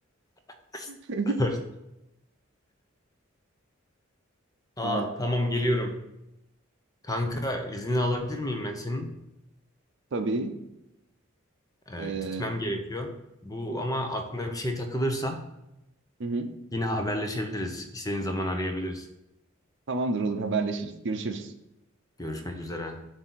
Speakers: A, on the left; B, on the right.
A: <laughs>
B: <laughs>
A: Dur. Aa
B: Ay.
A: tamam geliyorum. Kanka izni alabilir miyim ben senin?
B: Tabii.
A: Ee,
B: Ee,
A: gitmem gerekiyor. Bu
B: Hı hı.
A: ama aklına bir şey takılırsa
B: hı hı.
A: yine haberleşebiliriz. İstediğin zaman arayabiliriz.
B: Tamamdır olur haberleşiriz. Görüşürüz.
A: Görüşmek üzere.